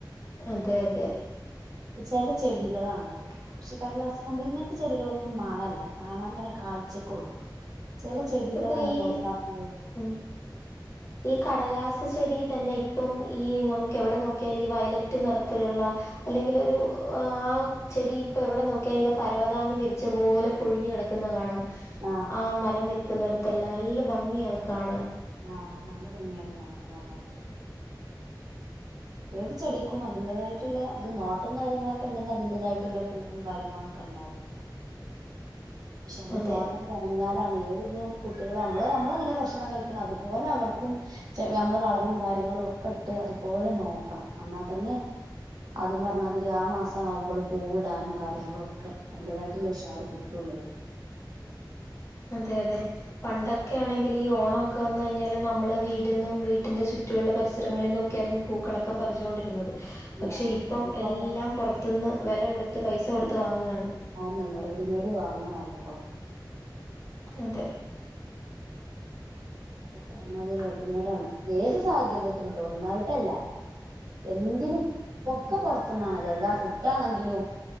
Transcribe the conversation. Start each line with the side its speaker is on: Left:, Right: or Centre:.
Left: അതെ അതെ
Right: ചില ചെടികളാണ് കൃഷി കടലാസുമ്പോ ഇങ്ങനത്തെ ചെടികളൊന്നും മണമില്ല കാണാൻ അങ്ങനെ കാഴ്ച്ചക്ക് ഒക്കെ ഉള്ളൂ ചില ചെടികളാണ്
Left: ഇപ്പൊ ഈ
Right: റോസാപ്പൂവ്
Left: ഉം ഈ കടലാസ് ചെടി തന്നെ ഇപ്പം ഈ നമുക്ക് എവിടെ നോക്കിയാലും ഈ വയലറ്റ് നിറത്തിലുള്ള അല്ലെങ്കിൽ ഒരു ആഹ് ചെടി ഇപ്പൊ എവിടെ നോക്കിയാലു പരവതാനി വിരിച്ച പോലെ പൊഴിഞ്ഞു കിടക്കുന്നത് കാണാം
Right: ആഹ്
Left: ആഹ് മരം നിക്കുന്നിടത്തെല്ലാം നല്ല ഭംഗി ആണ് അത് കാണാൻ
Right: ആഹ് നല്ല ഭംഗിയാണ് കാണാൻ പറഞ്ഞമാതിരി ഏത് ചെടിക്കും അതിന്റേതായിട്ടുള്ള നോട്ടും കാര്യങ്ങളുഠ ഒക്കെ ഉണ്ടെങ്കിൽ അതിൻ്റെതായിട്ടുള്ള പൂവും കാര്യങ്ങളും ഒക്കെ ഉണ്ടായിരിക്കും കാര്യങ്ങളൊക്കെ ഉണ്ടാവും പക്ഷെ നമ്മള്
Left: അതെ
Right: നോട്ട ക്കുറഞ്ഞാല് ആണ് ഏത് കുട്ടികൾക്കും നമ്മള് നമ്മളെങ്ങനെ ഭക്ഷണം കഴിക്കണം അതുപോലെ അവർക്കും നമ്മള് വളങ്ങളും കാര്യങ്ങളും ഒക്കെ ഇട്ട് അതുപോലെ നോക്കണം എന്നാൽ തന്നെ അതും പറഞ്ഞ മാതിരി ആഹ് മാസം ആകുബം പൂവിടാനും കാര്യങ്ങളും ഒക്കെ അതിൻ്റെതായിട്ടുള്ള ഉഷാർ കട്ടും <unintelligible>
Left: അതെ അതെ പണ്ടൊക്കെ ആണെങ്കില് ഈ ഓണം ഒക്കെ വന്ന് കഴിഞ്ഞാല് നമ്മള് വീടെന്നും വീട്ടിന്റെ ചു റ്റുള്ള പരിസരങ്ങളിൽ നിന്നൊക്കെയായിരുന്നു പൂക്കളൊക്കെ പറിച്ചുകൊണ്ടിരുന്നത്. പക്ഷെ
Right: ആ
Left: ഇപ്പം
Right: ഇപ്പൊക്കെ
Left: എല്ലാം പുറത്തുന്ന് വെല കൊടുത്ത് പൈസ കൊടുത്ത് വാങ്ങാണ്.
Right: ആന്നെ റെഡിമെയ്ഡ് വാങ്ങാണല്ലോ ഇപ്പൊ.
Left: അതെ.
Right: കാരണം അതൊരു റെഡിമെയ്ഡ് ആണ്. ഏത് സാഹചര്യത്തിലോട്ടും. ഒന്നായിട്ടല്ല. എന്തിനും. ഒക്കെ പുറത്തുന്നാണല്ലോ. എല്ലാം ഫുഡ് ആണെങ്കിലും.